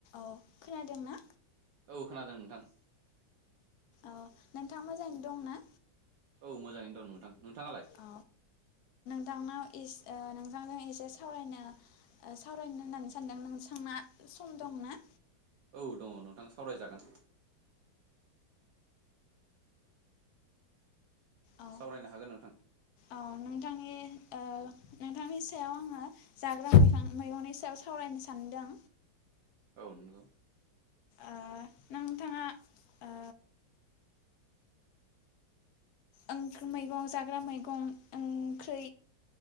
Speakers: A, on the left; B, on the right.
A: अ खोनादों ना?
B: औ खोनादों नोंथां
A: औ नोंथाङा मोजाङै दंना?
B: औ मोजाङै दं नोंथां नोंथाङालाय?
A: औ नोंथांनाव इस ओ नोंथांजों एसे सावनो सावरायनो होननानै सानदों नोंसांना सम दंना?
B: औ दङ नोंथां सावरायजागोन
A: औ
B: सावरायनो हागोन नोंथां
A: औ नोंथांनि ओ नोंथांनि सायाव आङो जाग्रा बिफां मैगंनि सायाव सावरायनो सानदों
B: औ नोंगौ
A: ओ नों नोंथाङा ओ आं मैगं जा हाग्रा मैगं ओं ख्रै।